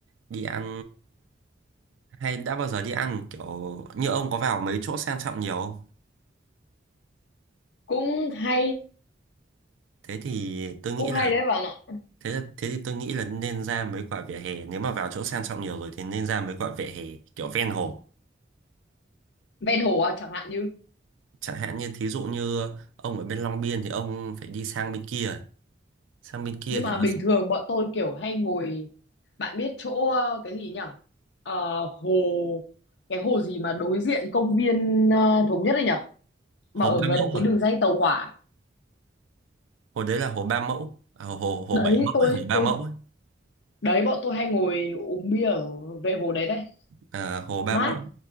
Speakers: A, on the right (about 80°); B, on the left (about 60°).
A: đi ăn hay đã bao giờ đi ăn kiểu như ông có vào mấy chỗ sang trọng nhiều không
B: cũng hay
A: thế thì tôi nghĩ
B: cũng hay đấy bạn ạ
A: thế là, thế thì tôi nghĩ là nên ra mấy quả vỉa hè nếu mà vào chỗ sang trọng nhiều rồi thì nên ra mấy quả vỉa hè kiểu ven hồ
B: ven hồ à, chẳng hạn như
A: chẳng hạn như thí dụ như ông ở bên Long Biên thì ông phải đi sang bên kia sang bên kia
B: nhưng
A: thì
B: mà
A: nó
B: bình
A: sẽ-
B: thường bọn tôi kiểu hay ngồi bạn biết chỗ ờ, cái gì nhỉ Ờ, hồ cái hồ gì mà đối diện công viên ờ, Thống Nhất đấy nhỉ
A: hồ
B: mà ở
A: Ba
B: gần
A: Mẫu
B: cái
A: à
B: đường ray tàu hỏa
A: hồ đấy là hồ Ba Mẫu à, hồ hồ
B: đấy
A: Bảy Mẫu
B: tôi
A: hay hồ Ba
B: tôi
A: Mẫu ấy.
B: đấy bọn tôi hay ngồi uống bia ở vệ hồ đấy đấy
A: à, hồ Ba
B: mát
A: Mẫu